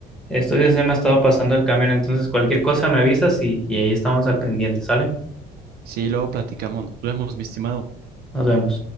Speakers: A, in the centre; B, on the right.
A: estos días se me ha estado pasando el camión, entonces cualquier cosa me avisas y, y ahí estamos al pendiente, ¿sale?
B: Sí, luego platicamos. Nos vemos, mi estimado.
A: Nos vemos.